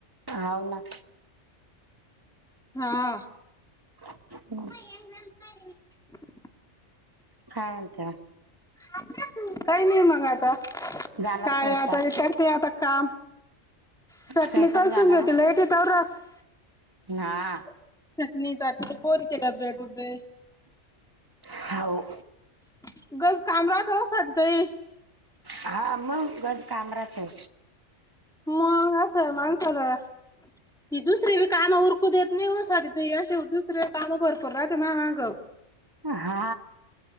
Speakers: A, on the right; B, in the centre.
A: हाव ना
B: हा
A: हू
B: <inaudible>
A: काय म्हणता
B: काही नाही मग आता.
A: झाला
B: काय
A: का स्वयंपाक?
B: आता <unintelligible> आता काम. <unintelligible>
A: स्वयंपाक झाला मग? हा
B: चटणी <unintelligible> पोरीचे डब्बे डुबे.
A: हाओ.
B: <unintelligible> काम राहत हो <unintelligible>
A: हा, मग घरात काम राहतय.
B: मग अस माणसाला, ती दुसरी काम उरकू देत नाही हो स्वाती ताई. अशे दुसरे कामं भरपूर राहते माये मागं.
A: हा.